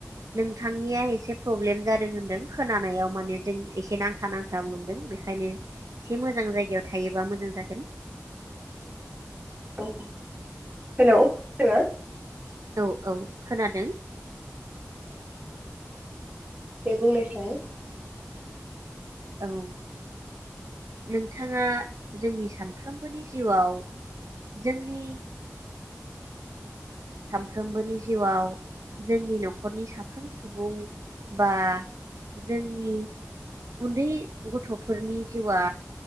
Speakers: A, on the right; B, on the right.
A: नोंथांनिया एसे प्रब्लेम जादों होनदों खोनानायाव माने जों एसे नांथा नांथा मोनदों बेखायनो इसे मोजां जायगायाव थायोबा मोजां जागोन।
B: अ हेलौ खोनादोंना?
A: औ औ खोनादों।
B: दे बुंनायसाय
A: औ नोंथाङा जोंनि सानफ्रोमबोनि जिउआव जोंनि सामफ्रोमबोनि जिउआव जोंनि न'खरनि साफ्रोम सुबुं बा जोंनि उन्दै गथ'फोरनि जिउआ